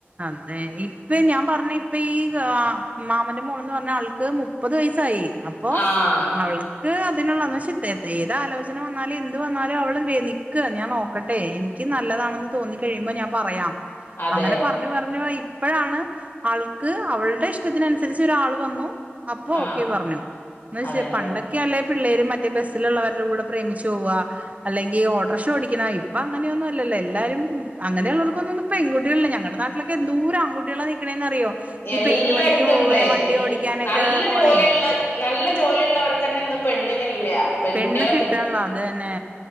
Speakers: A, on the right; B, on the left.
A: അതെ ഇപ്പൊ ഞാൻ പറഞ്ഞ ഇപ്പ ഈ തത് മാമന്റെ മോളന്ന് പറഞ്ഞാ അവൾക്ക് മുപ്പത് വയസായി അപ്പോ
B: ആഹ്
A: അവൾ ക്ക്‌ അതിനുള്ളന്ന് ചിത്ത പക്ഷെഏത് ആലോചന വന്നാലും എന്ത് വന്നാലും അവള് വേ നിൽക്കുക ഞാൻ നോ ക്കട്ടെ എനിക്ക് നല്ലതാണെന്ന് തോന്നി കഴിയുമ്പോ ഞാൻ പറയാം
B: അതെ
A: അങ്ങനെ നു പർഞ്ഞു ഇപ്പഴാണ് ആൾക്ക് അവളുടെ ഇഷ്ടത്തിനനുസരിച്ചു ഒരാള് വന്നു അപ്പൊ
B: ആഹ്
A: ഓക്കെ പർഞ്ഞു. ന്ന് വച്ച്
B: അതന്നെ
A: പണ്ടൊക്കെ അല്ലേ പിള്ളേര് മറ്റേ ബസ്സിലുള്ളവരുടെ കൂടെ പ്രേമിച്ച് പോവ അല്ലെങ്കി ഓട്ട്രറിഷ ഓടിക്ക്ണാ ഇ പ്പ അങ്ങനെയൊന്നു ഇല്ലല്ലൊ എല്ലാരും അങ്ങനെയുള്ളവർക്കൊന്നും ഇന്ന് പെൺകുട്ട്യേള് ല്ല. ഞങ്ങടെ നാട്ടിലൊക്കെ എന്തോര് ആൺകുട്ട്യേളാ നിക്ക്ണേന്ന് അറിയോ. ഈ
B: എല്ലായിടത്തും
A: പെയിന്റ് പണിക്ക് പോവേം
B: ഉണ്ട്
A: വണ്ടി
B: എൽ
A: ഓടിക്കാനൊക്കെ
B: നല്ല
A: പോണേ
B: ജോലിയുള്ള നല്ല ജോലിയുള്ളവർക്കന്നെ ഇന്ന് പെണ്ണിനില്ല പെൺകുട്ടികളെ
A: പെണ്ണ് കിട്ടൺല്ല്യ അത് തന്നെ